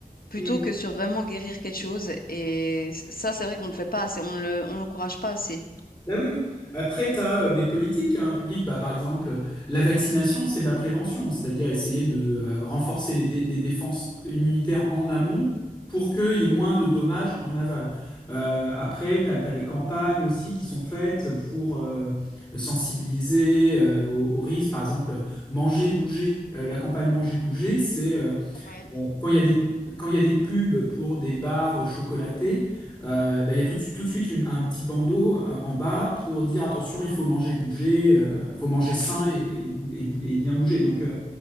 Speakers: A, on the left; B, in the centre.
A: plutôt
B: Mm.
A: que sur vraiment guérir quelque chose. Et c- ça, c'est vrai qu'on ne le fait pas assez, on le, on l'encourage pas assez.
B: Bah oui, oui. Après, tu as des politiques, hein, publiques. Bah, par exemple, la vaccination, c'est de la prévention, c'est-à-dire essayer de euh, renforcer les, dé- les défenses immunitaires en amont pour qu'il y ait moins de dommages en aval. Euh, après, tu as, des campagnes aussi qui sont faites pour euh, sensibiliser euh, aux, aux risques. Par exemple, manger, bouger. Euh, la campagne manger, bouger, c'est
A: Ouais,
B: Bon, Quand il y a des, quand il y a des pubs pour des barres chocolatés, euh, bah, il y a tout, de suite- tout de suite une- un petit bandeau euh, en bas pour dire attention, il faut manger, bouger, euh, il faut manger sain et, et, bou- et bou- et bien bouger. Donc euh,